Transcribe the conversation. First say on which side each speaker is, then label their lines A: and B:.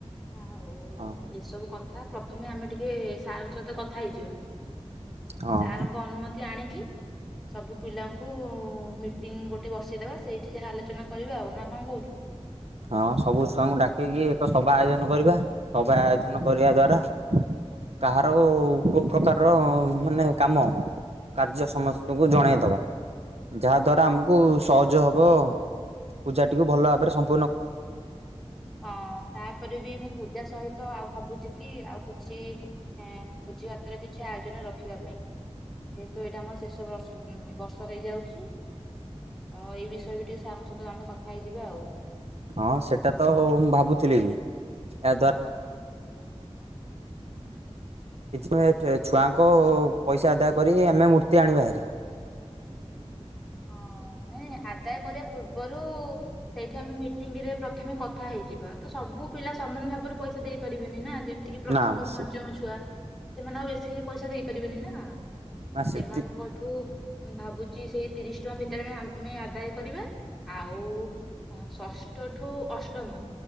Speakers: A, in the centre; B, on the right.
A: ଆଉ
B: ହଁ
A: ଏସବୁ କଥା କଥା, ପ୍ରଥମେ ଆମେ ଟିକେ ସାରଙ୍କ ସହିତ କଥା ହେଇଯିବା।
B: ହଁ
A: ସାରଙ୍କ ଅନୁମତି ଆଣିକି ସବୁ ପିଲାଙ୍କୁ ମିଟିଂ ଗୋଟେ ଗୋଟେ ବସିେଇଦବା ସେଇଠି ଯାହା ଆଲୋଚନା କରିବା, ଆଉ ନା କଣ କହୁଛୁ?
B: ହଁ ସବୁ ଛୁଆଙ୍କୁ ଡାକିକି ଏକ ସଭା ଆୟୋଜନ କରିବା ସଭା ଆୟୋଜନ କରିବା ଦ୍ଵାରା କାହାର କୋଉ ପ୍ରକାରର ମାନେ କାମ କାର୍ଯ୍ୟ ସମସ୍ତଙ୍କୁ
A: ହଁ
B: ଜଣେଇଦବା। ଯାହା ଦ୍ଵାରା ଆମକୁ ସହଜ ହବ ପୂଜାଟିକୁ ଭଲ ଭାବରେ ସମ୍ପୂ
A: ହଁ ତାପରେ ବି ମୁଁ ପୂଜା ସହିତ ଆଉ ଭାବୁଛି କି ଆଉ କିଛି ଭୋଜିଭାତର କିଛି ଆୟୋଜନ ରଖିବା ପାଇଁ ଯେହେତୁ ଏଇଟା ଆମର ଶେଷ ବର୍ଷ ଉ ବର୍ଷ ହେଇଯାଉଛି ତ ଏଇ ବିଷୟରେ ବି ଟିକେ ସାଙ୍ଗ ସହିତ ଆମେ କଥା ହେଇଯିବା ଆଉ।
B: ହଁ ସେଇଟା ତ ମୁଁ ଭାବୁଥିଲି ବି ଏହାଦ୍ୱାରା କି ଛୁଆଙ୍କ ପଇସା ଆଦାୟ କରି ଆମେ ମୂର୍ତ୍ତି ଆଣିବାହାରି
A: ହଁ ନାଇଁ ଆଦାୟ କରିବା ପୂର୍ବରୁ ସେଇଠି ଆମେ ମିଟିଙ୍ଗ ରେ ପ୍ରଥମେ କଥା ହେଇଯିବା ତ ସବୁ ପିଲା ସମାନ ଭାବରେ ପଇସା ଦେଇ ପାରିବନି ନା ଯେମିତିକି ପ୍ରଥମରୁ
B: ନା ସେ
A: ପଞ୍ଚମ ଛୁଆ ସେମାନେ ଆଉ ବେଶୀ ପଇସା ଦେଇ ପାରିବେନି ନା ଆ
B: ନା ସେତି
A: ସେମାନଙ୍କଠୁ ମୁଁ ଭାବୁଛି ସେଇ ତିରିଶ ଟଙ୍କା ଭିତରେ ଆମେ ଆଦାୟ କରିବା ଆଉ ଷଷ୍ଠଠୁ ଅଷ୍ଟମ